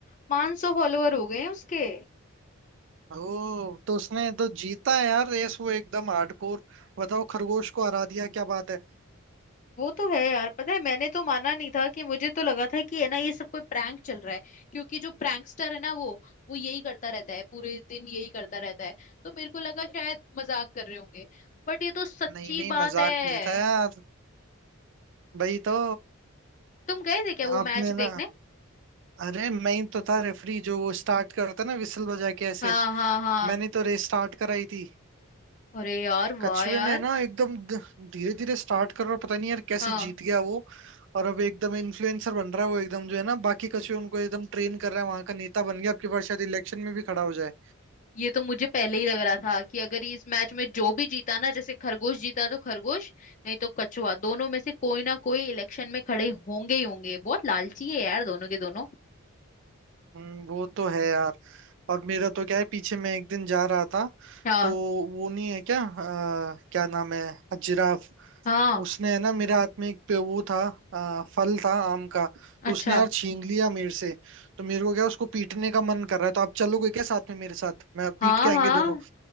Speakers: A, on the left (about 35°); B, on the right (about 55°).
A: 500 फॉलोवर हो गए हैं उसके
B: ओ तो उसने तो जीता है यार रेस वो एकदम हार्डकोर बताओ खरगोश को हरा दिया क्या बात है
A: वो तो है यार पता है मैंने तो माना नहीं था कि मुझे तो लगा था कि है ना ये सब कोई प्रैंक चल रहा है क्योंकि जो प्रैंकस्टर है ना वो वो यही करता रहता है पूरे दिन यही करता रहता है तो मेरे को लगा शायद मजाक कर रहे होंगे बट ये तो सच्ची
B: नहीं नहीं
A: बात
B: मजाक
A: है
B: नहीं था यार भाई तो
A: तुम गए थे क्या वो
B: आपने
A: मैच देखने
B: ना अरे मैं ही तो था रेफरी जो वो स्टार्ट करता ना विसल बजा के ऐसे
A: हाँ हाँ हाँ
B: मैंने तो रेस स्टार्ट कराई थी
A: अरे यार
B: कछुए
A: वाह यार
B: ने ना एकदम धीरे धीरे स्टार्ट कर और पता नहीं यार कैसे
A: हाँ
B: जीत गया वो और अब एकदम इन्फ्लुएंसर बन रहा है वो एकदम जो है ना बाकी कछुए उनको एकदम ट्रेन कर रहा है वहां का नेता बन गया अब की बार शायद इलेक्शन में भी खड़ा हो जाए
A: ये तो मुझे पहले ही लग रहा था कि अगर ये इस मैच में जो भी जीता ना जैसे खरगोश जीता तो खरगोश नहीं तो कछुआ दोनों में से कोई ना कोई इलेक्शन में खड़े होंगे ही होंगे बहुत लालची है यार दोनों के दोनों
B: हम्म, वो तो है यार और मेरा तो क्या है पीछे मैं एक दिन जा रहा था
A: हाँ
B: तो वो नहीं है क्या अ, क्या नाम है जिराफ
A: हाँ
B: उसने है ना मेरे हाथ में एक पे वो था आ, फल था आम का तो
A: अच्छा
B: उसने यार छीन लिया मेरे से तो मेरे को क्या उसको पीटने का मन कर रहा है तो आप चलोगे क्या साथ में मेरे साथ मैं
A: हाँ
B: पीट के आएंगे
A: हाँ
B: दोनों